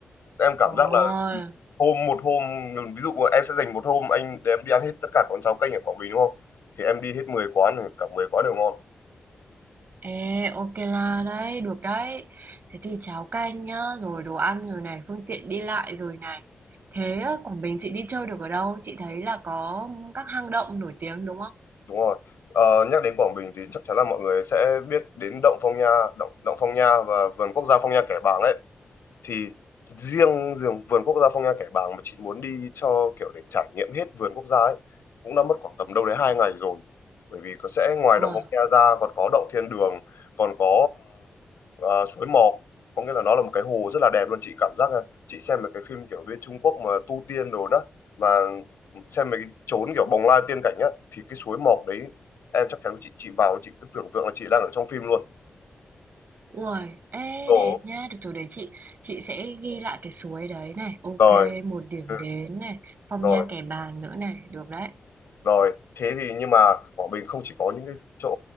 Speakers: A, on the left; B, on the right.
A: em cảm
B: Ồ,
A: giác là hôm một hôm ví dụ em sẽ dành một hôm anh để em đi ăn hết tất cả quán cháo canh ở Quảng Bình đúng không thì em đi hết 10 quán thì cả 10 quán đều ngon
B: ê, ok là đấy, được đấy. Thế thì cháo canh nhá, rồi đồ ăn rồi này, phương tiện đi lại rồi này. Thế ở Quảng Bình chị đi chơi được ở đâu? Chị thấy là có các hang động nổi tiếng đúng không?
A: đúng rồi Ờ, nhắc đến Quảng Bình thì chắc chắn là mọi người sẽ biết đến động Phong Nha động động Phong Nha và vườn quốc gia Phong Nha Kẻ Bàng ấy thì riêng riêng vườn quốc gia Phong Nha Kẻ Bàng mà chị muốn đi cho kiểu để trải nghiệm hết vườn quốc gia ấy cũng đã mất khoảng tầm đâu đấy hai ngày rồi bởi vì có sẽ ngoài
B: Wow.
A: động Phong Nha ra còn có động Thiên Đường còn có ờ, ờ, suối Mọc có nghĩa là nó là một cái hồ rất là đẹp luôn chị cảm giác nha. chị xem một cái phim kiểu bên Trung Quốc mà tu tiên đồ đó mà xem mấy cái chốn kiểu bồng lai tiên cảnh á thì cái suối Mọc đấy em chắc chắn chị chị vào chị cứ tưởng tượng là chị đang ở trong phim luôn
B: Ui, ê
A: Ồ.
B: đẹp nha, được rồi đấy chị Chị sẽ ghi lại cái suối đấy này Ok,
A: rồi
B: một điểm
A: ừ,
B: đến này Phong
A: rồi
B: Nha Kẻ Bàng nữa này, được đấy
A: Rồi, thế thì nhưng mà Quảng Bình không chỉ có những cái chỗ